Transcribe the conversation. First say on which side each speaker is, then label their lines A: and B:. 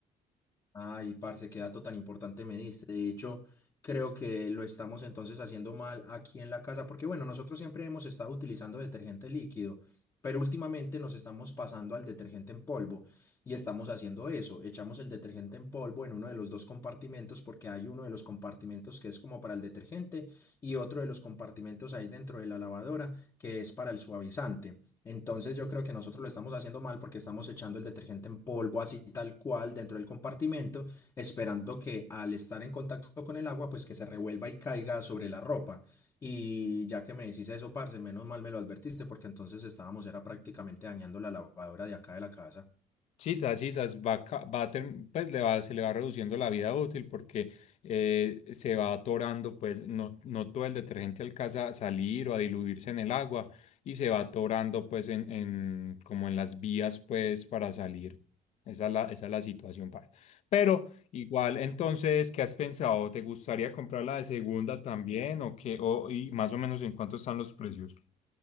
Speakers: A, on the left; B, on the left.
A: Ay, parce, qué dato tan importante me diste. De hecho, creo que lo estamos entonces haciendo mal aquí en la casa, porque bueno, nosotros siempre hemos estado utilizando detergente líquido, pero últimamente nos estamos pasando al detergente en polvo y estamos haciendo eso. Echamos el detergente en polvo en uno de los dos compartimentos, porque hay uno de los compartimentos que es como para el detergente y otro de los compartimentos ahí dentro de la lavadora que es para el suavizante. Entonces yo creo que nosotros lo estamos haciendo mal porque estamos echando el detergente en polvo así tal cual dentro del compartimento, esperando que al estar en contacto con el agua, pues que se revuelva y caiga sobre la ropa. Y ya que me decís eso, parce, menos mal me lo advertiste porque entonces estábamos, era prácticamente dañando la lavadora de acá de la casa.
B: Sisas, sisas, va, ca- va a term- pues le va, se le va reduciendo la vida útil porque eh, se va atorando, pues no, no todo el detergente alcanza a salir o a diluirse en el agua y se va atorando pues en, en- como en las vías pues para salir. Esa es la, esa es la situación para. Pero igual, entonces, ¿qué has pensado? ¿Te gustaría comprar la de segunda también o qué? O, y más o menos en cuánto están los precios?